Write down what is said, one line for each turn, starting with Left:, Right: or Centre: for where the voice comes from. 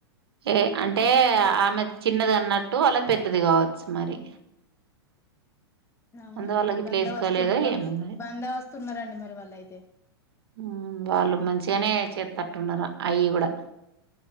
Right: ఏ అంటే ఆమె చిన్నది అన్నట్టు వాళ్లది పెద్దది కావచ్చు మరి
Left: అవునా
Right: అందువల్ల
Left: అండి
Right: గిట్లా
Left: బందబస్తు
Right: వేసుకోలేదో
Left: బ
Right: ఏమో మరి
Left: బందబస్తు ఉన్నారండి మరి వాళ్లు అయితే
Right: హు వాళ్ళు మంచిగనే చేత్తట్టున్నారు అయి కూడా